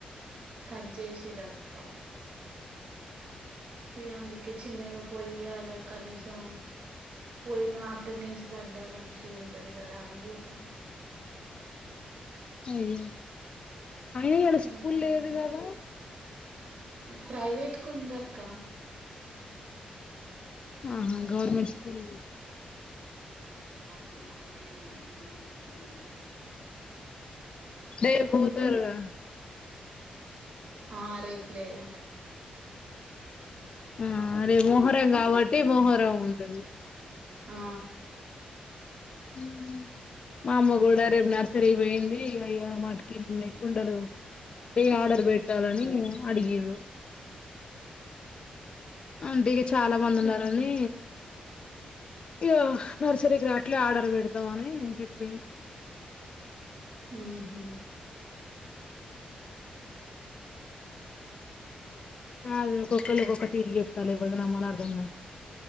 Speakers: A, on the right; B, on the left.
A: కట్ చేసి రక్క ఇంకా అందుకే చిన్నగా పోయి అడ కనీసం పోయినా అటెండెన్స్ పడ్డా మంచిగా ఉంటది కదా అనీ పోతా
B: ఆ అయ్యో అయిన ఇయాల స్కూల్
A: ఉమ్
B: లేదు కదా
A: ప్రైవేట్ కు ఉంద అక్క
B: ఆహా గవర్మెంట్ స్కూల్
A: పాపం బా ఒప్పుడే ఉన్నాడని నేనే కంపెనీ ఇచ్చాను
B: రేపు పోతారుగా
A: ఆ ఆ రేపు లేదండి
B: ఆ అరే మోహరం కాబట్టి మోహరం ఉంటుంది
A: ఆ
B: ఉ మా అమ్మ కూడా రేపు నర్సరీ పోయింది ఇ ఇ మాకిీళ్లు ఉన్నాయి కుండలు ఇగ అంటే ఆర్డర్ పెట్టాలని అడిగిరు అంటే ఇగ చాలా మంది ఉన్నారని ఇగ నర్సరీకి రాట్లే ఆర్డర్ పెడతామని చెప్పి ఆ
A: ఉహు
B: కా ఒక్కొ ఒక్కలు ఒక్కొక్కటి తిరిగి చేస్తామ్ ఎవర్ని నమ్మాలో అర్దం